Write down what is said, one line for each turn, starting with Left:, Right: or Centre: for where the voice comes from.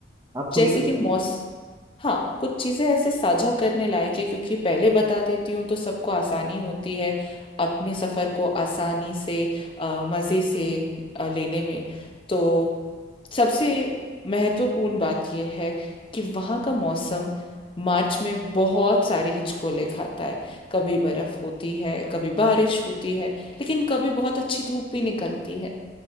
Right: आप खोल
Left: जैसे
Right: के
Left: कि
Right: बताइए
Left: मौस हाँ कुछ चीजें ऐसे साझा करने लायक है क्योंकि पहले बता देती हूँ तो सबको आसानी होती है अपने सफर को आसानी से आ, मजे से आ, लेने में तो सबसे महत्वपूर्ण बात यह है कि वहाँ का मौसम मार्च में बहुत सारे हिचकोले खाता है कभी बर्फ होती है कभी बारिश होती है लेकिन कभी बहुत अच्छी धूप भी निकलती है